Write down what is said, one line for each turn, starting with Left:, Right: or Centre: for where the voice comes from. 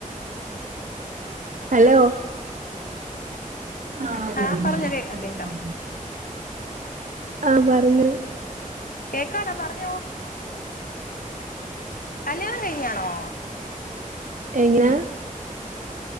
Right: ഹലോ ആയിനെ
Left: ആഹ് പറഞ്ഞോ കേക്കാം
Right: അങ്ങനെ
Left: കേക്കാം
Right: ആ പറഞ്ഞോ
Left: കേക്കാടാ പറഞ്ഞോ കല്യാണം കഴിഞ്ഞാണോ
Right: എങ്ങനാ